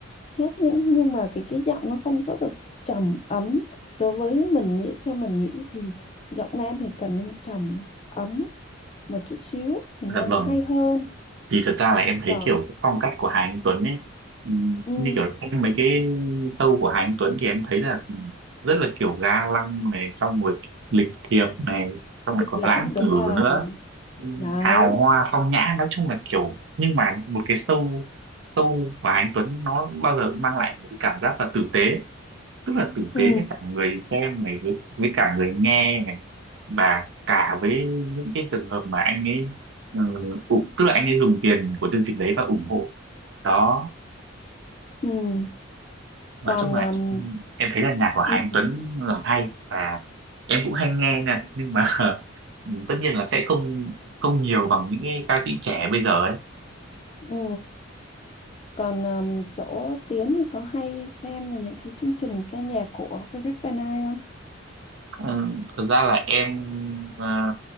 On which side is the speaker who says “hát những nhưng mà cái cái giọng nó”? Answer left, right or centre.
Left